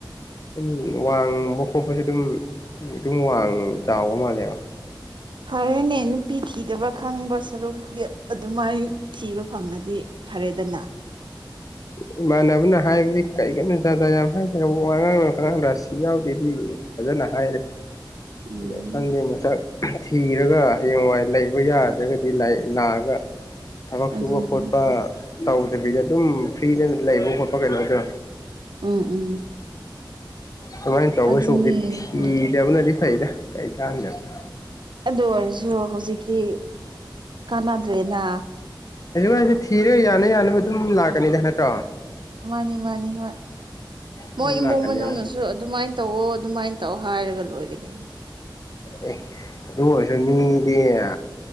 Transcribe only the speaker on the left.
ꯎꯝ ꯋꯥꯡꯃꯣ ꯈꯣꯠꯄꯁꯦ ꯑꯗꯨꯝ ꯑꯗꯨꯝ ꯋꯥꯡ ꯆꯥꯎꯕ ꯃꯥꯜꯂꯦꯕ
ꯎꯝ ꯏꯃꯥꯟꯅꯕꯅ ꯍꯥꯏꯕꯅꯤ ꯀꯩꯒꯅꯨ ꯖꯥꯠꯖꯥꯠ ꯌꯥꯝ ꯍꯥꯏꯗꯦ ꯋꯥꯉꯥꯡ ꯁꯉꯥꯡ ꯔꯥꯁꯤ ꯌꯥꯎꯗꯦꯗꯤ ꯐꯖꯅ ꯍꯥꯏꯔꯦ
ꯗꯣ ꯈꯪꯗꯦ ꯃꯁꯛ ꯊꯤꯔꯒ ꯍꯌꯦꯡꯋꯥꯏ ꯂꯩꯕ ꯌꯥꯗ꯭ꯔꯒꯗꯤ ꯂꯥꯏ ꯂꯥꯛꯑꯒ ꯊꯕꯛ
ꯁꯨꯕ ꯈꯣꯠꯄ
ꯇꯧꯗꯕꯤꯗ ꯑꯗꯨꯝ ꯐ꯭ꯔꯤꯗ ꯂꯩꯕ ꯈꯣꯠꯄ ꯀꯩꯅꯣꯗꯣ
ꯁꯨꯃꯥꯏ ꯇꯧꯗꯣꯏ
ꯁꯔꯨꯛꯄꯨꯗꯤ ꯊꯤꯗꯕꯅꯗꯤ
ꯐꯩꯗ ꯀꯩꯀꯥꯟꯗꯕꯗ
ꯍꯧꯖꯤꯀꯥꯟꯗꯤ ꯊꯤꯔ ꯌꯥꯅ ꯌꯥꯅꯕ ꯑꯗꯨꯝ ꯂꯥꯛꯀꯅꯤꯗ ꯅꯠꯇ꯭ꯔꯣ
ꯑꯗꯨꯝ
ꯂꯥꯛꯀꯅꯦꯕ
ꯑꯦ ꯑꯗꯨ ꯑꯣꯏꯔꯁꯨ ꯃꯤꯗꯤ ꯑ